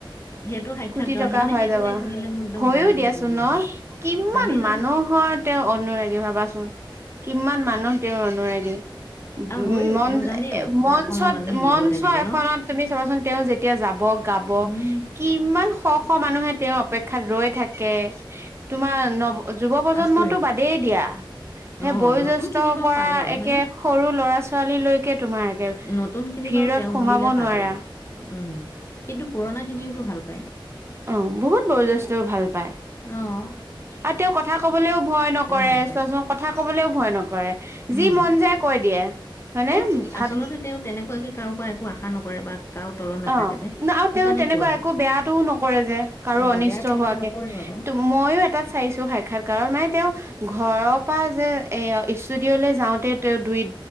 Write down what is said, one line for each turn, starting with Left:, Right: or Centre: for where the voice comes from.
Left: সেইটো সাক্ষাৎ
Right: কোটি
Left: কৰে
Right: টকা
Left: সেই মানে
Right: হৈ
Left: সেইটো
Right: যাব,
Left: লাইন শুনিলে মোৰ একদম
Right: হৈয়ো
Left: গাৰ নোম
Right: দিয়াচোন
Left: শিউৰি
Right: ন
Left: আহে
Right: কিমান
Left: ভাবি চোৱাচোন
Right: মানুহৰ তেওঁৰ অনুৰাগী ভাবাচোন? কিমান মানুহ তেওঁৰ অনুৰাগী? উ
Left: আৰু হয়ও
Right: মন
Left: তেওঁ জানেও
Right: এ মঞ্চত
Left: যে অসমৰ মানুহে
Right: মঞ্চ
Left: দিব তেনেকে
Right: এখনত
Left: ন
Right: তুমি চাবাচোন তেওঁ যেত তিয়া যাব গাব
Left: উম
Right: কিমান শ শ মানুহে তেওঁৰ অপেক্ষাত ৰৈ থাকে, তোমাৰ ন অ যুৱ প্ৰজন্মটো
Left: আচৰিত
Right: বাদেই দিয়া
Left: অ
Right: সেই বয়োজ্যেষ্ঠৰ
Left: নতুন খিনি বাৰু
Right: পৰা
Left: পাগল
Right: একে
Left: হয়নে
Right: সৰু ল'ৰা ছোৱালী লৈকে তোমাৰ একে
Left: নতুনখিনি
Right: ভিৰত
Left: বাৰু তেওঁ
Right: সোমাব
Left: বুলিলে পাগল
Right: নোৱাৰা
Left: উম কিন্তু পুৰণাখিনিওতো ভাল পায়।
Right: অ বহুত বয়োজ্যেষ্ঠও ভাল পায়।
Left: অহ।
Right: আৰু তেওঁ কথা কবলৈও ভয় নকৰে,
Left: ভাল পায়
Right: চোৱাচোন কথা কবলৈও ভয় নকৰে।
Left: উম
Right: যি মন যায় কৈ দিয়ে হয়নে?
Left: তেওঁক
Right: ভা
Left: আচলতে তেওঁ তেনেকুৱাকে কাৰো পৰা একো আশা নকৰে বা কাৰো তলত নাথাকে
Right: অ,
Left: যে
Right: না আৰু
Left: সেইকাৰণে
Right: তেওঁ তেনেকুৱা
Left: কৈ দিয়ে
Right: একো বেয়াটোও নকৰে যে কাৰো
Left: অ
Right: অনিষ্ট
Left: বেয়া তেনেকুৱা
Right: হোৱাকে
Left: নকৰিব আকৌ
Right: তো ময়ো এটাত চাইছো সাক্ষাৎকাৰত মানে তেওঁ ঘৰৰ পৰা যে এই ষ্টুডিঅ'লৈ যাওঁতে তেওঁ দুই